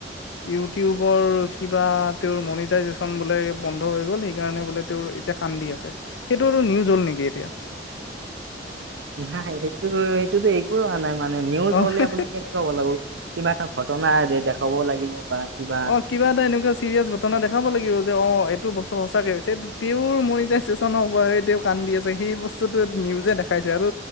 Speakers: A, on the left; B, on the right.
A: ইউটিউবৰ কিবা তেওঁৰ মনিটাইজচন বোলে বন্ধ হৈ গ'ল সেইকাৰণে বোলে তেওঁৰ এতিয়া কান্দি আছে, সেইটো নিউজ হ'ল নেকি এতিয়া।
B: নাই সেইটো সেইটোতো একো হোৱা নাই। মানে নিউজ
A: অ
B: হ'লে আপোনাক কেনেকুৱা হ'ব লাগিব কিবা এটা ঘটনা দে দেখাব লাগিব বা কিবা
A: অ' কিবা এটা এনেকুৱা চিৰিয়েছ ঘটনা দেখাব লাগিব। যে অ', এইটো বস্তু সঁচাকে <unintelligible> তেওঁৰ মনিটাইজেশ্যনৰ <unintelligible> কান্দি আছে, সেই বস্তুটো নিউজে দেখা আছে, আৰু